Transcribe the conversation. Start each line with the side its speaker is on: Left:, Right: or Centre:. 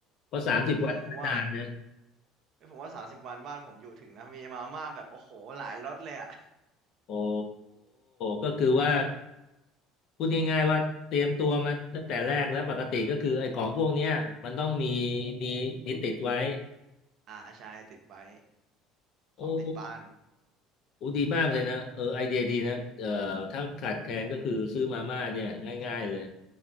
Left: เพราะสามสิบวันนี่ก็นานนะ
Right: อืมผมว่าผมว่าสามสิบวันบ้านผมอยู่ถึงนะมีมาม่าแบบโอ้โหหลายรสเลยอ่ะ
Left: โอ้ก็คือว่า
Right: เออ
Left: พูดง่ายๆว่าเตรียมตัวมาตั้งแต่แรกแล้วปกติก็คือไอ้ของพวกเนี้ยมันต้องมีมีมีติดไว้
Right: อ่าใช่ติดไว้
Left: โอ้
Right: ของติดบ้าน
Left: โอ้ดีมากเลยนะเออไอเดียดีนะเออถ้าขาดแคลนก็คือซื้อมาม่าเนี่ยง่ายๆเลย